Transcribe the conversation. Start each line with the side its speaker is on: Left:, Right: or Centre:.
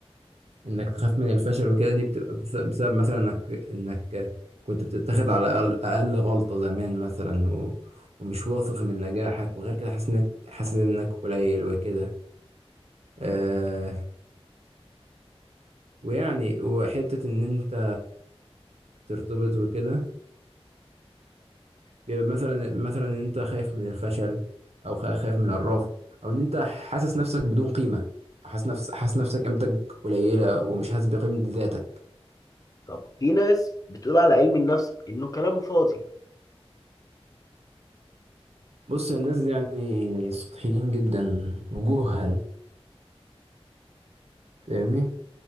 Right: انك تخاف من الفشل وكده دي بتبقى بس- بسبب مثلا انك انك كنت بتتخذ على اقل أقل غلطة زمان مثلا و- ومش واثق من نجاحك وغير كده حاسس انك حاسس انك قليل وكده آه، ويعني وحتة ان انت ترتبط وكده بيبقى مثلا مثلا ان انت خايف من الفشل او خا- خايف من الرفض او ان انت حاسس نفسك بدون قيمه حاسس نفس حاسس نفسك قيمتك قليله ومش حاسس بقيمه ذاتك
Left: طب في ناس بتقول على علم النفس انه كلام فاضي
Right: بص الناس دي يعني سطحيين جدا وجهل فاهمني